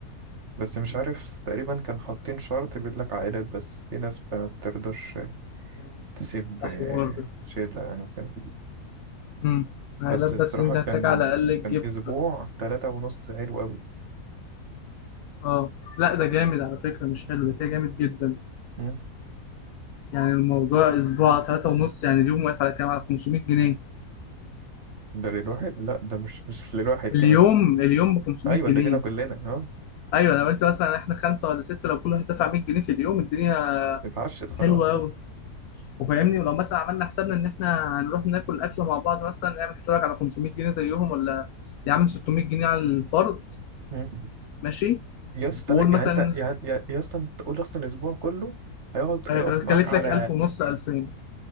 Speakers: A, on the right (about 50°); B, on the left (about 75°).
A: بس مش عارف تقريبا كان حاطين شرط بيقول لك عائلات بس في ناس ما بترضاش
B: آه،
A: تسيب
B: ده
A: آه،
B: حوار ده
A: شله يعني وكده
B: امم عائلات
A: بس
B: بس
A: الصراحه
B: انت هتحتاج
A: كان
B: على الاقل
A: كان
B: تجيب
A: اسبوع تلاتة ونص حلو
B: اه لا ده جامد على فكره مش حلو ده كده جامد جدا
A: قوي
B: يعني الموضوع اسبوع ثلاثة ونص يعني اليوم واقف على كام على 500 جنيه
A: ده للواحد لا ده مش مش للواحد كمان
B: اليوم اليوم ب 500
A: ايوه
B: جنيه
A: ده لينا كلنا اه
B: ايوه لو انت مثلا احنا خمسه ولا سته لو كل واحد دفع 100 جنيه في اليوم الدنيا
A: اتعشت خلاص
B: حلوه قوي
A: اه
B: وفاهمني ولو مثلا عملنا حسابنا ان احنا هنروح ناكل اكله مع بعض مثلا نعمل حسابك على 500 جنيه زيهم ولا يا عم 600 جنيه على الفرد
A: مم.
B: ماشي
A: يا اسطى
B: وقول
A: لا يعني
B: مثلا
A: انت يعني يا يا اسطى انت تقول اصلا الاسبوع كله هيقعد
B: هكلف
A: هيقف معاك على
B: لك 1000 ونص 2000